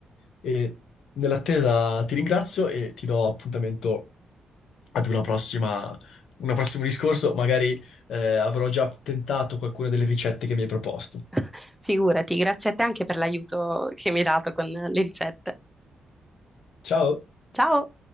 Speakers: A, on the left (about 85°); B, in the centre.
A: e nell'attesa ti ringrazio e ti do appuntamento ad una prossima, un prossimo discorso. Magari eh, avrò già tentato qualcuna delle ricette che mi hai proposto.
B: <laughs> Figurati, grazie a te anche per l'aiuto che mi hai dato con le ricette.
A: Ciao!
B: Ciao!